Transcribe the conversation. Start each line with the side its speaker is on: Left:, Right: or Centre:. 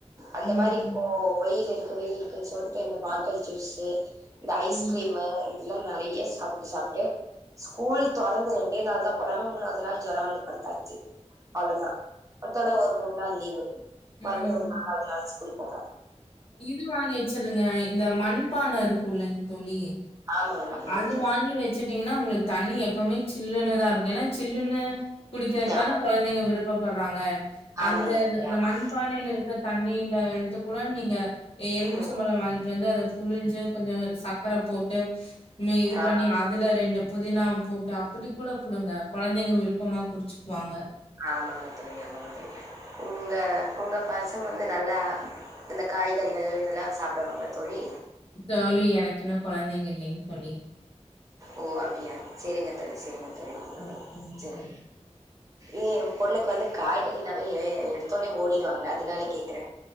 Right: அந்த
Left: ம்,
Right: மாரி இப்போ
Left: ம்,
Right: வெயில் இருக்கு வெயில் இருக்குன்னு சொல்ட்டு இந்த பாட்டல் ஜுஸு இந்த ஐஸ்கிரீம்
Left: ம்,
Right: மு இதுல்லா நறைய சாபா சாப்ட்டு ஸ்கூல் தொறந்து ரெண்டே நாள் தான் போனாங்க மூணாவ்து நாள் ஜொர வந்து படுத்தாச்சு அவ்ளோதா அத்தோட ஒரு மூணு நாள் லீவு
Left: ம்,
Right: மறுபடியு ஒரு
Left: ம்.
Right: நாளாவ்து நாள் ஸ்கூல் போவாங்க
Left: இது வாங்கி வச்சுருங்க இந்த மண்பான இருக்கூ இல்லைங் தோழி
Right: ஆமாங்க ஆமாங்க
Left: அது
Right: தோழி
Left: வாங்கி வச் சிட்டீங்கன்னா உங்களுக்கு தண்ணி எப்பவுமே சில்லுன்னுதா இருக்கூ ஏன்னா சில்லுனு குடிக்கிறதுக்கு தான
Right: ஆமா
Left: கொழந்தைங்க விருப்பப்பட்றாங்க அந்த
Right: ஆமாங்க தோழி
Left: அந்த
Right: ஆமா
Left: மண் மண்பானையில இருக்கிற தண்ணியில எடுத்து கூட நீங்க எலுமிச்சம்பழ
Right: ம்
Left: வாங்கிட்டு வந்து அத புழிஞ்சு கொஞ்ச சக்கர போட்டு இது
Right: ஆமாங்க
Left: பண்ணி அதுல ரெண்டு புதினா போட் அப்டி கூட குடுங்க கொழந்தைங்க விருப்பமா குடிச்சுக்குவாங்க
Right: ஆமாங்க தோழி ஆமாங்க தோழி உங்க உங்க பசங்க வந்து நல்லா இந்த காய்கறிகள் இதெல்லா சாப்டுவாங்களா தோழி
Left: தோழி எனக்கு இன்னூ கொழந்தைங்க இல்லைங் தோழி
Right: ஓ அப்டியா செரிங்க தோழி செரிங்க தோழி
Left: ஆ ஆமாங்க
Right: உம்
Left: தோழி.
Right: ஏ என் பொண்ணுக்கு வந்து காய்கறினாவே எடுத்தோனே ஓடிடுவாங்க அதனால கேக்குறே